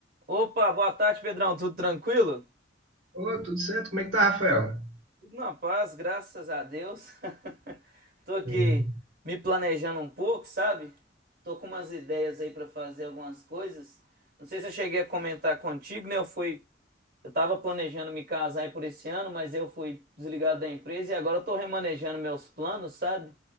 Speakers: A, on the right (about 55°); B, on the right (about 75°).
A: Opa, boa tarde, Pedrão. Tudo tranquilo?
B: Ô, tudo certo? Como é que tá, Rafael?
A: Tudo na paz, graças a Deus. <laughs> Tô aqui
B: Uhum.
A: me planejando um pouco, sabe? Tô com umas ideias aí pra fazer algumas coisas. Não sei se eu cheguei a comentar contigo, né? Eu fui, eu tava planejando me casar aí por esse ano, mas eu fui desligado da empresa e agora eu tô remanejando meus planos, sabe?